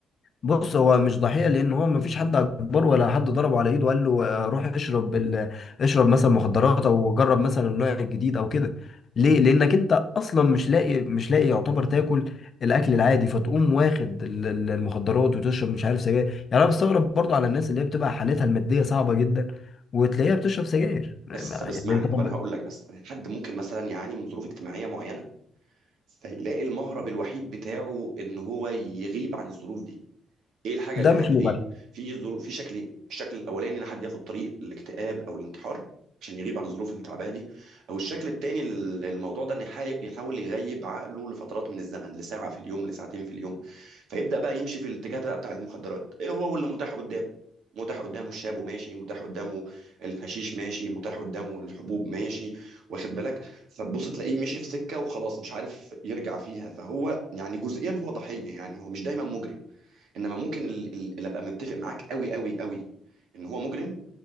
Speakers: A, on the left; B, on the right.
A: بص هو مش ضحية لأن هو مفيش حد أكبر ولا حد ضربه على إيده وقال له آه، روح اشرب ال... اشرب مثلا مخدرات أو جرب مثلا النوع الجديد أو كده ليه؟ لأنك أنت أصلا مش لاقي مش لاقي يعتبر تاكل الأكل العادي فتقوم واخد ال- ال- المخدرات وتشرب مش عارف سجاير يعني أنا بستغرب برضو على الناس اللي هي بتبقى حالتها المادية صعبة جدا وتلاقيها بتشرب سجاير يعني
B: بس طب اسمعني
A: أنت
B: طب
A: طب
B: انا هقول لك بس حد ممكن مثلا يعاني من ظروف اجتماعيه معينه فيلاقي المهرب الوحيد بتاعه ان هو يغيب عن الظروف دي ايه الحاجه
A: ده
B: اللي
A: مش
B: هتغيب
A: مبرر
B: في ظروف في شكلين الشكل الاولاني ان حد ياخد طريق الاكتئاب او الانتحار عشان يغيب عن الظروف اللي تعبها دي او الشكل التاني لل- للموضوع ده ان يحا- يحاول يغيب عقله لفترات من الزمن لساعه في اليوم لساعتين في اليوم فيبدا بقى يمشي في الاتجاه بقى بتاع المخدرات ايه هو اللي متاح قدامه متاح قدامه الشاب وماشي متاح قدامه الحشيش ماشي متاح قدامه الحبوب ماشي واخد بالك فتبص تلاقيه مشي في سكه وخلاص مش عارف يرجع فيها فهو يعني جزئيا هو ضحيه يعني هو مش دايما مجرم انما ممكن ال- ال- اللي ابقى متفق معاك قوي قوي قوي ان هو مجرم